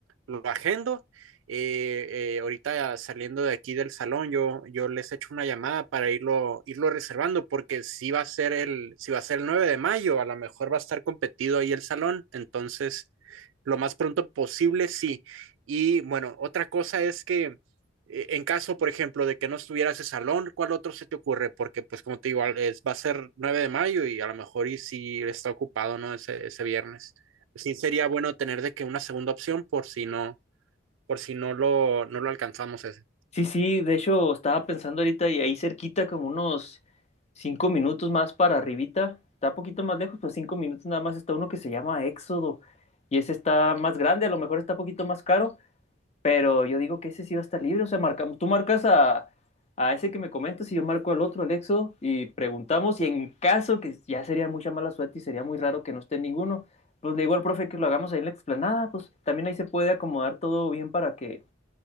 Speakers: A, on the right; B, on the left.
A: lo agendo. Eh, eh, ahorita saliendo de aquí del salón, yo, yo les echo una llamada para irlo, irlo reservando, porque si va a ser el, si va a ser el 9 de mayo, a lo mejor va a estar competido ahí el salón, entonces lo más pronto posible, sí. Y bueno, otra cosa es que eh, en caso, por ejemplo, de que no estuviera ese salón, ¿cuál otro se te ocurre? Porque pues como te digo, al- es, va a ser 9 de mayo y a lo mejor y si está ocupado, ¿no? Ese, ese viernes sí sería bueno tener de que una segunda opción por si no, por si no lo, no lo alcanzamos ese.
B: Sí, sí, de hecho estaba pensando ahorita y ahí cerquita como unos cinco minutos más para arribita, está un poquito más lejos, pues cinco minutos nada más está uno que se llama Éxodo y ese está más grande, a lo mejor está un poquito más caro, Pero yo digo que ese sí va a estar libre, o sea, marcamos, tú marcas a, a ese que me comentas y yo marco al otro, Alexo, y preguntamos, y en caso que ya sería mucha mala suerte y sería muy raro que no esté ninguno, pues le digo al profe que lo hagamos ahí en la explanada, pues también ahí se puede acomodar todo bien para que,